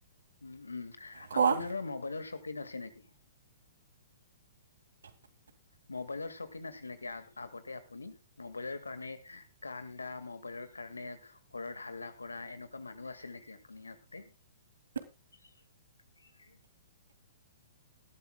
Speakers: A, on the left; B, on the right.
A: উম, উম,
B: কোৱা
A: আপোনাৰ' মবাইলৰ চক <unintelligible> আছে নেকি?
B: <inaudible>
A: মোবাইলৰ চকীন নাছিল নেকি, আ-আগতে আপুনি? মোবাইলৰ কাৰণে কান্দা, মোবাইলৰ কাৰ <unintelligible> ঘৰত হাল্লা কৰা, এনেকুৱা মানুহ আছিল নেকি আপুনি আগতে?
B: <inaudible>
A: <unintelligible>